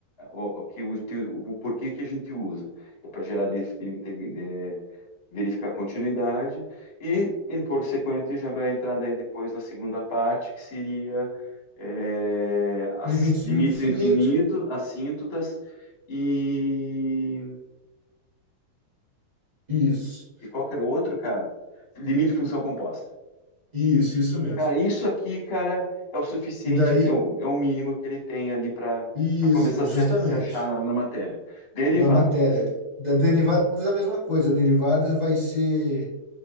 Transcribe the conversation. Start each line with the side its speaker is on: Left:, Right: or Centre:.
Left: o, que o, o porquê que a gente usa, que é para gerar de, de, de- verificar continuidade e, em por sequente, já vai entrar daí depois na segunda parte, que seria é, as
Right: limites
Left: limites
Right: no infinito.
Left: do infinito, assíntotas e,
Right: Isso.
Left: e qual era o outro, cara? Limite de função composta.
Right: Isso, isso mesmo.
Left: Cara, isso aqui, cara, é o suficiente,
Right: E daí,
Left: é o, é o mínimo que ele tem ali para
Right: isso,
Left: para começar a
Right: justamente.
Left: se, a- se achar na, na matéria. Derivadas.
Right: Na matéria. Da derivadas, é a mesma coisa. Derivadas vai ser.